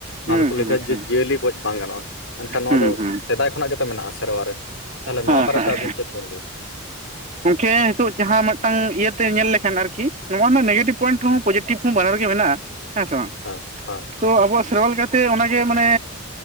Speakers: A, on the left; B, on the right.
A: ᱱᱚᱣᱟ
B: ᱦᱩᱸ
A: ᱫᱚᱠᱚ ᱞᱟᱹᱭ
B: ᱦᱩᱸ
A: ᱮᱫᱟ ᱡᱮ ᱡᱤᱭᱟᱹᱞᱤ ᱜᱚᱡ ᱵᱟᱝ ᱜᱟᱱᱚᱜᱼᱟ ᱢᱮᱱᱠᱷᱟᱱ ᱱᱚᱣᱟ
B: ᱦᱩᱸ
A: ᱫᱚ
B: ᱦᱩᱸ
A: ᱥᱮᱫᱟᱭ ᱠᱷᱚᱱᱟᱜ ᱜᱮᱛᱚ ᱢᱮᱱᱟᱜᱼᱟ ᱥᱮᱨᱣᱟ ᱨᱮ᱾ ᱛᱟᱦᱚᱞᱮ
B: ᱦᱮᱸ
A: ᱱᱚᱣᱟ ᱵᱟᱨᱮᱛᱮ
B: ᱦᱮᱸ
A: ᱟᱹᱵᱤᱱ ᱪᱮᱫ ᱵᱮᱱ ᱞᱟᱹᱭᱼᱟ᱾
B: ᱜᱚᱝᱠᱮ ᱱᱤᱛᱳᱜ ᱡᱟᱦᱟᱸ ᱢᱤᱫᱴᱟᱝ ᱤᱭᱟᱹᱛᱮ ᱧᱮᱞ ᱞᱮᱠᱷᱟᱱ ᱟᱨᱠᱤ ᱱᱚᱣᱟ ᱨᱮᱱᱟᱜ ᱱᱮᱜᱮᱴᱤᱵᱷ ᱯᱚᱭᱮᱱᱴ ᱦᱚᱸ ᱯᱚᱡᱮᱴᱤᱵᱷ ᱦᱚᱸ ᱵᱟᱱᱟᱨ ᱜᱮ ᱢᱮᱱᱟᱜ-ᱟ ᱦᱮᱸ ᱥᱮ ᱵᱟᱝ?
A: ᱦᱳᱭ, ᱦᱳᱭ᱾
B: ᱛᱚ, ᱟᱵᱚᱣᱟᱜ ᱥᱮᱨᱣᱟ ᱞᱮᱠᱟᱛᱮ ᱚᱱᱟᱜᱮ ᱢᱟᱱᱮ᱾